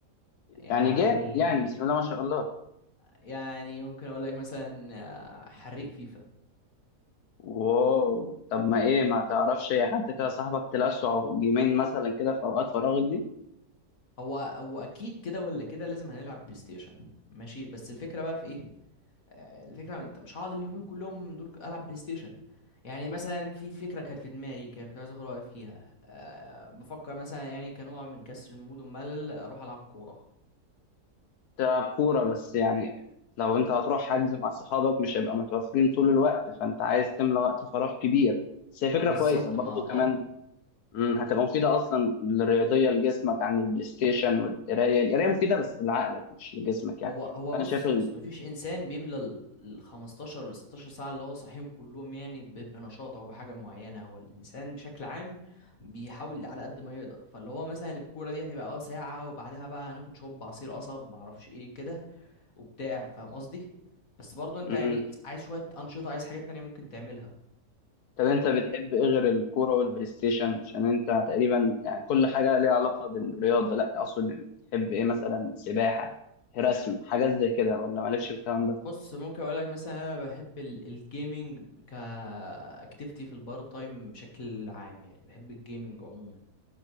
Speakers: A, on the left; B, on the left.
A: يعني
B: يعني جامد يعني بسم الله ما شاء الله
A: يعني ممكن اقول لك مثلا آه، حريق فيفا
B: واو طب ما ايه ما تعرفش يا حد كده صاحبك تلعب جيمين مثلا كده في اوقات فراغك دي
A: هو هو اكيد كده ولا كده لازم هنلعب بلاي ستيشن ماشي بس الفكره بقى في ايه آه، الفكره انت مش هقعد اليومين كلهم دول العب بلاي ستيشن يعني مثلا في فكره كانت في دماغي كده كنت عايز اخد رايك فيها أه بفكر مثلا يعني كنوع من كسر المود والملل اروح العب كوره
B: ده كورة بس يعني لو انت هتروح حجز مع صحابك مش هيبقى متوفرين طول الوقت فانت عايز تملى وقت فراغ كبير بس هي فكرة
A: بالظبط
B: كويسة برضو
A: ما
B: كمان
A: اه
B: مم، هتبقى مفيدة أصلا للرياضية لجسمك عن البلاي ستيشن والقراية القراية مفيدة بس لعقلك مش لجسمك يعني
A: هو هو
B: فأنا
A: بص
B: شايف ال...
A: بص مفيش انسان بيملى ال ال 15 ل 16 ساعه اللي هو صاحيهم كلهم يعني ب- بنشاط او بحاجه معينه هو الانسان بشكل عام بيحاول على قد ما يقدر فاللي هو مثلا الكوره دي هتبقى اه ساعه وبعدها بقى هناخد شوب عصير قصب معرفش ايه كده وبتاع فاهم قصدي بس برضه انت
B: مم.
A: يعني عايز شويه انشطه عايز حاجات تانية ممكن تعملها
B: طب أنت بتحب إيه غير الكورة والبلاي ستيشن عشان أنت تقريبا يعني كل حاجة ليها علاقة بالرياضة لا أقصد يعني تحب إيه مثلا سباحة رسم حاجات زي كده ولا مالكش في الكلام ده؟
A: بص ممكن اقول لك مثلا انا بحب الجيمنج كاكتيفيتي في البار تايم بشكل عام يعني بحب الجيمنج عموما